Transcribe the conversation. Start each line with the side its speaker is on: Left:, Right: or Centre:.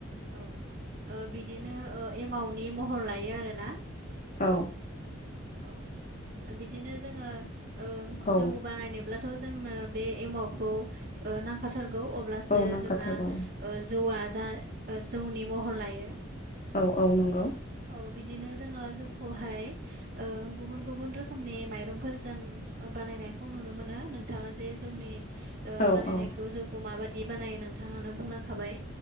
Right: औ ओ बिदिनो ओ एमाउनि महर लायो आरो ना।
Left: औ
Right: औ बिदिनो जोङो ओ
Left: औ
Right: जौ बानायनोब्ला थ' जोंनो बे एमावखौ ओ नांखाथारगौ अब्लासो
Left: औ नांखाथारगौ
Right: जोंना जौआ जा जौनि महर लायो।
Left: औ औ नंगौ।
Right: औ बिदिनो जोङो जौखौहाय ओ गुबुन गुबुन रोखोमनि माइरंफोरजों बानायनायखौ नुनो मोनो नोंथाङा जे जोंनि ओ
Left: औ
Right: बानायनायखौ
Left: औ
Right: जौखौ माबादि बानायो नोंथाङानो बुंलांखाबाय